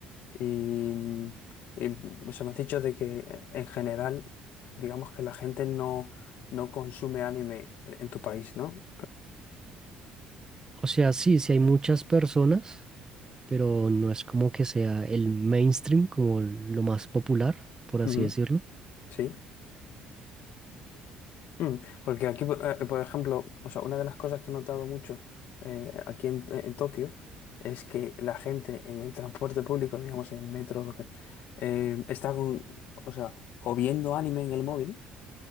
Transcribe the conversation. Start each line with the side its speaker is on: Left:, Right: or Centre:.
Left: Y, mm, y o sea, me has dicho de que eh, en general, digamos que la gente no, no consume anime en en tu país, ¿no?
Right: O sea, sí, sí hay muchas personas, pero no es como que sea el mainstream, como lo más popular, por así
Left: Ujú.
Right: decirlo.
Left: Sí. Mm, Porque aquí, po- eh, por ejemplo, o sea, una de las cosas que he notado mucho eh, aquí en, en Tokio es que la gente en el transporte público, digamos en el metro, lo que, eh, está con, o sea, o viendo anime en el móvil